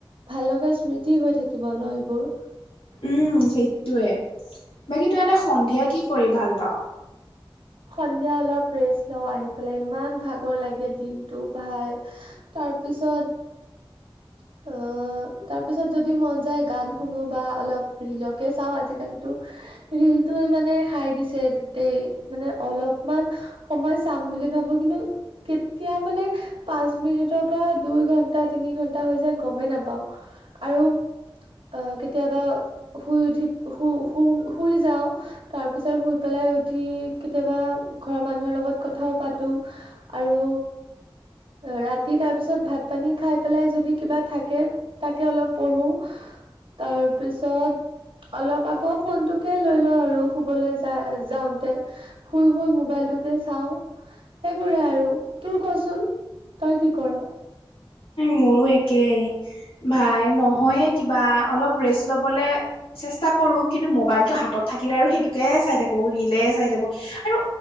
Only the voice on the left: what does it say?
উম সেইটোয়ে, বাকী তই এতিয়া সন্ধিয়া কি কৰি ভাল পাও?
মোৰো একেই ভাই, নহয়ে কিবা অলপ ৰেষ্ট লবলে চেষ্টা কৰো কিন্তু, মোবাইলটো হাতত থাকিলে আৰু সেইটোকে চাই থাকো, ৰিলে চাই থাকো আৰু